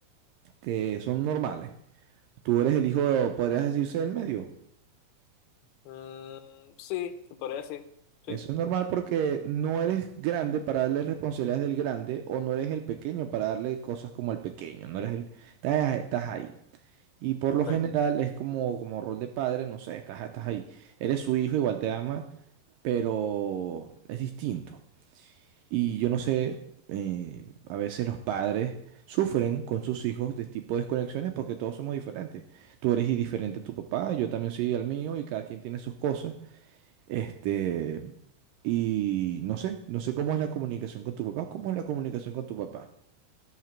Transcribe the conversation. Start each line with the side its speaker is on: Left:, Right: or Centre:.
Right: que son normales. Tú eres el hijo, podrías decirse, del medio.
Left: Mm, sí, se podría decir. Sí,
Right: Eso es normal porque no eres grande para darle responsabilidades del grande o no eres el pequeño para darle cosas como el pequeño, no eres el, estás, estás ahí. Y por
Left: ok.
Right: lo general es como, como rol de padre, no sé, estás, estás ahí. Eres su hijo, igual te ama, pero es distinto. Y yo no sé, eh, a veces los padres sufren con sus hijos de tipo de desconexiones porque todos somos diferentes. Tú eres diferente a tu papá, yo también soy al mío y cada quien tiene sus cosas. Este, y no sé, no sé cómo es la comunicación con tu papá, cómo es la comunicación con tu papá.